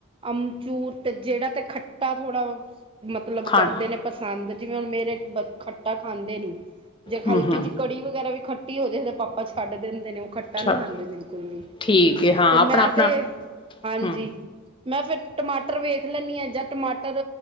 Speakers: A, on the right; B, on the left.
A: ਅਮਚੂਰ ਤੇ ਜੇੜਾ ਤੇ ਖੱਟਾ ਥੋੜਾ ਮਤਲਬ
B: ਖਾਣਾ
A: ਕਰਦੇ ਨੇ ਪ ਪਸੰਦ ਜਿਵੇਂ, ਹੁਣ ਮੇਰੇ ਖੱਟਾ ਬੱਚੇ ਖਾਂਦੇ ਨੇ। ਜੇ
B: ਹਮ
A: ਹਲਕੀ
B: ਹਮ
A: ਜਿਹੀ ਕੜੀ ਵਗੈਰਾ ਵੀ ਖੱਟ ਖਟੀ ਜਿਹੇ ਦੇ ਪਾਪਾ ਛੱਡ ਦਿੰਦੇ ਨੇ। ਉਹ ਖੱਟਾ
B: ਅੱਛਾ
A: ਨਹੀਂ ਖਾਂਦੇ ਬਿਲਕੁਲ ਵੀ।
B: ਠੀਕ ਹੈ ਹਾਂ
A: ਫਿਰ
B: ਆਪਣਾ
A: ਮੈਂ
B: ਆਪਣਾ
A: ਤੇ, ਹਾਂਜੀ।
B: ਹਮ
A: ਮੈਂ ਫੇਰ ਟਮਾਟਰ ਵੇਖ ਲੈਂਦੀ ਆ। ਜਾਂ ਟਮਾਟਰ